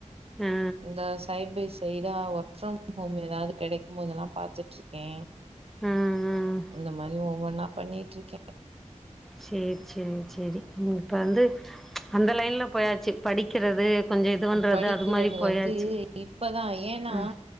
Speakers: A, in the centre; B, on the right.
A: ஆ
B: இந்த சைட் பை சைடா ஒர்க் ஃப்ரம் ஹோம் எதாவது கெடைக்கும் போதெல்லா பாத்துட்டு இருக்கே
A: ம் ம்
B: அந்த மாரி ஒவ்வொன்னா பண்ணிட்டு இருக்கே
A: சேர் சேரி சேரி இப்போ வந்து அந்த லைன்ல போயாச்சு படிக்கிறது கொஞ்சோ இது பண்றது
B: அப் படிக்குறது
A: அது மாரி போயாச்சு
B: வந்து இப்பதா ஏன்னா
A: ம்